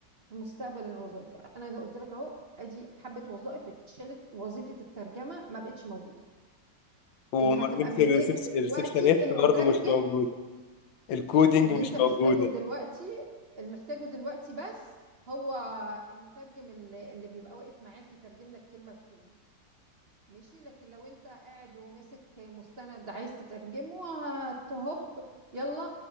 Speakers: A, on the right; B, on the left.
A: في مستقبل الوظائف انا اذا قلت لك اهو ادي حبة وظائف اتشالت وظيفة الترجمة ما بقتش موجودة
B: ومرتبه
A: اللي هتبقى محتاجه
B: الريسبشنست
A: دلوقتي المترجم
B: برضه مش موجوده الكودينج
A: اللي
B: مش
A: انت محتاجه
B: موجوده
A: دلوقتي اللي محتاجه دلوقتي بس هو المترجم اللي, اللي بيبقى واقف معاك يترجم لك كلمة بكلمة ماشي لكن لو انت قاعد وماسك مستند عايز تترجمه هتهب يلا